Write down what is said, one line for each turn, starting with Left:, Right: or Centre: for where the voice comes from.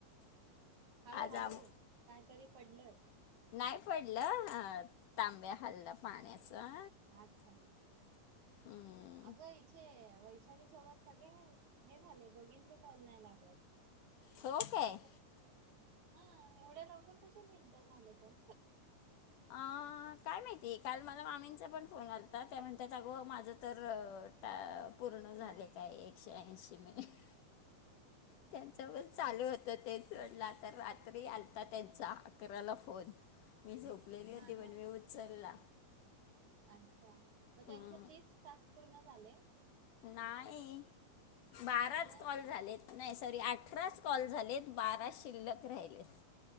Right: हळू-हळू
Left: आज आम
Right: कायतरी पडलं.
Left: नाही पडलं तांब्या हाल्लं पाण्याचा.
Right: अच्छा.
Left: हम्म.
Right: अगं इचे वैशाली सोबत सगळे हे झाले. दोघींचे कॉल नाही लागत.
Left: हो काय.
Right: असं कसं? हा एवढ्या लवकर कसे मिनिट झाले पण.
Left: अ काय माहिती काल मला मामींचा पण फोन आलता. त्या म्हणतात अगं माझं तर टा पूर्ण झाले
Right: हा
Left: काय. एकशे ऐंशी मिनीट. त्यांच्यावर चालू होत. ते जोडला तर रात्री आलता त्याचा. अकराला फोन मी झोपलेली होती.
Right: हा हा
Left: पण मी उचलला.
Right: अच्छा मग त्यांच्या
Left: हम्म,
Right: तीस-टास्क पूर्ण झाले.
Left: नाही बाराच
Right: मग
Left: कॉल झालेत. नाही सॉरी अठराच कॉल झालेत. बारा शिल्लक राहिले.